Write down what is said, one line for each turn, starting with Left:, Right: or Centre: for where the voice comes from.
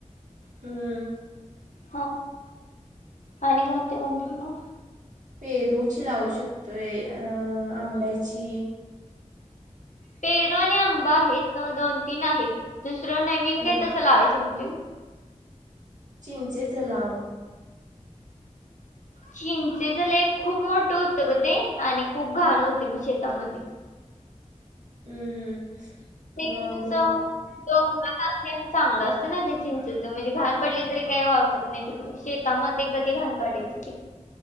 Right: हम्म.
Left: हा आणि कोणती, कोणती लावू?
Right: पेरूची लावू शकतोय अ आंब्याची
Left: पेरू आणि आंबा हे तर दोन तीन आहेत. दुसरं नवीन
Right: हम्म
Left: कायतर तसं लावायचं म्हणतोय ग.
Right: चिंचेच लाव.
Left: चिंचेच लई खूप मोठं होतं ग ते आणि खूप घाण होते मग शेतामध्ये.
Right: हम्म, हम्म.
Left: <unintelligible>
Right: मग
Left: च दोनदा <unintelligible> त्यांना चांगलं असतं ना ते चिंचेच म्हणजे घाण पडली तरी काही वाटत नाही तिकडं. शेत तामध्ये कधी घाण काढायची ती.